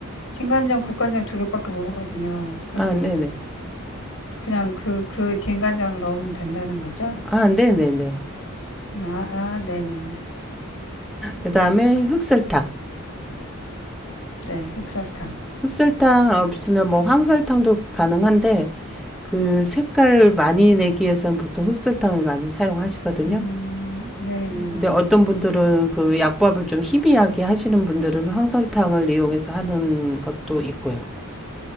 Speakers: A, on the left (about 70°); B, in the centre.
A: 진간장, 국간장 두 개밖에 모르거든요. 근데
B: 아, 네네.
A: 그냥 그, 그 진간장을 넣으면 된다는 거죠?
B: 아, 네네네.
A: 아, 아, 네네네.
B: 그 다음에 흑설탕.
A: 네, 흑설탕.
B: 흑설탕 없으면 뭐 황설탕도 가능한데 그 색깔 많이 내기 위해서는 보통 흑설탕을 많이 사용하시거든요.
A: 음, 네네네.
B: 근데 어떤 분들은 그 약밥을 좀 희미하게 하시는 분들은 황설탕을 이용해서 하는 것도 있고요.